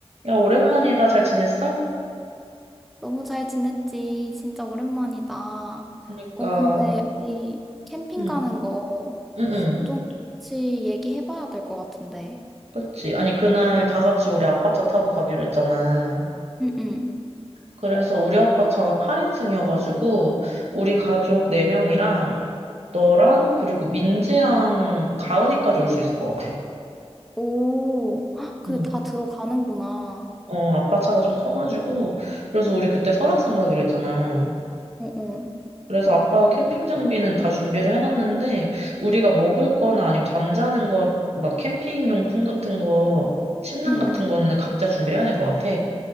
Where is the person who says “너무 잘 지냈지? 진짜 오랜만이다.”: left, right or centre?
Centre